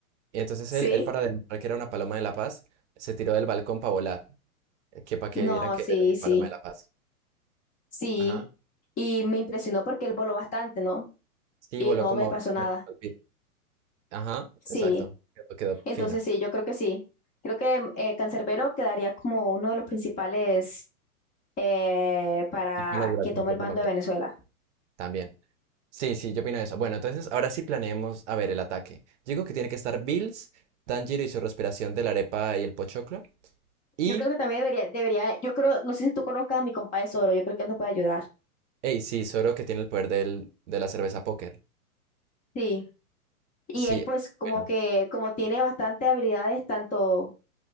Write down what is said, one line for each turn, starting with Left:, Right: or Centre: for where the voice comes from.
Right: Y entonces
Left: Sí,
Right: él, él, para demostrar que era una paloma de la paz, se tiró del balcón para volar, eh, que para que
Left: no,
Right: vieran que
Left: sí,
Right: era una
Left: sí,
Right: paloma de la paz.
Left: sí.
Right: Ajá.
Left: Y me impresionó porque él voló bastante, ¿no?
Right: Sí,
Left: Y
Right: voló
Left: no
Right: como
Left: le pasó
Right: tres
Left: nada.
Right: metros al piso. Ajá,
Left: Sí,
Right: exacto. Quedó, quedó
Left: entonces
Right: fino.
Left: sí, yo creo que sí. Creo que eh, Cancerbero quedaría como uno de los principales eh, para
Right: Y con la duración
Left: que tome
Right: que
Left: el
Right: estamos
Left: bando
Right: viendo
Left: de Venezuela.
Right: también. Sí, sí, yo opino eso. Bueno, entonces ahora sí planeemos, a ver, el ataque. Digo que tiene que estar Bills, Tanjiro y su respiración de la arepa y el pochoclo. Y,
Left: Yo creo que también debería, debería, yo creo, no sé si tú conozcas a mi compa de Soro, yo creo que él nos puede ayudar.
Right: hey, sí, Zoro que tiene el poder del, de la cerveza póker.
Left: Sí. Y
Right: Sí,
Left: él pues como
Right: bueno,
Left: que, como tiene bastante habilidades, tanto,